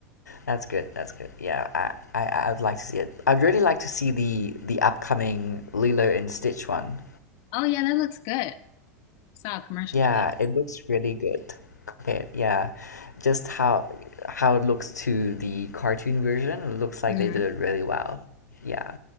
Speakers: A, on the left; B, on the left.
A: that's good. That's good. Yeah, I, I, I'd like to see it. I'd really like to see the the upcoming Lilo and Stitch one.
B: Oh yeah, that looks good. Saw a commercial
A: Yeah,
B: for that.
A: it looks really good. Compared, yeah, just how how it looks to the cartoon version, it looks like
B: hmm
A: they did it really well. Yeah,